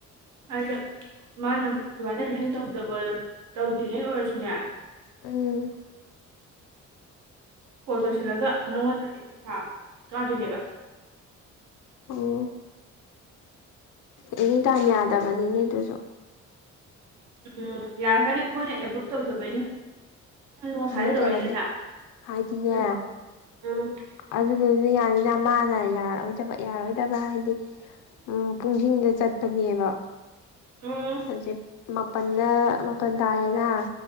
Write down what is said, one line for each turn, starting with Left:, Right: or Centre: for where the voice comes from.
Right: ꯍꯥꯏꯗꯤ ꯃꯥꯅ ꯑꯗꯨꯃꯥꯏꯅ ꯅꯪ ꯇꯧꯗꯕ ꯇꯧꯗ꯭ꯔꯤꯉꯩ ꯑꯣꯏꯔꯁꯨꯅꯦ
Left: ꯎꯝ
Right: ꯀꯣꯜ ꯇꯧꯁꯤꯜꯂꯒ ꯅꯪꯉꯣꯟꯗ ꯄꯩꯁꯥ ꯀꯥꯗꯣꯏꯅꯦꯕ
Left: ꯑꯣꯝ ꯑꯦꯅꯤ ꯇꯥꯏꯝ ꯌꯥꯗꯕꯅꯤꯅꯦ ꯑꯗꯨꯁꯨ
Right: ꯎꯝ ꯌꯥꯔꯒꯅꯤ ꯃꯣꯏꯅ ꯑꯦꯄ꯭ꯔꯨꯨꯞ ꯇꯧꯗꯕ ꯑꯩꯅ ꯂꯣ ꯉꯥꯁ꯭ꯥꯏꯋꯥꯏꯗ
Left: ꯅꯠꯇꯦ
Right: ꯇꯧꯔꯛꯏ
Left: ꯅꯠꯇꯦ
Right: ꯅꯠꯇ
Left: ꯍꯥꯏꯗꯤꯅꯦ
Right: ꯀꯩꯔꯤꯕꯣ ꯑꯥ
Left: ꯑꯗꯨꯗꯨꯅ ꯌꯥꯅꯤꯅ ꯃꯥꯅ ꯌꯥꯔꯑꯣꯣꯏꯗꯕ ꯌꯥꯔꯔꯣꯏꯗꯕ ꯍꯥꯏꯗꯤ ꯎꯝ ꯄꯨꯡꯁꯤꯡꯗ ꯆꯠꯄꯅꯦꯕ
Right: ꯎꯝ
Left: ꯍꯧꯖꯤꯛ ꯃꯥꯄꯜꯗ ꯃꯥꯄꯜ ꯇꯥꯔꯦꯅ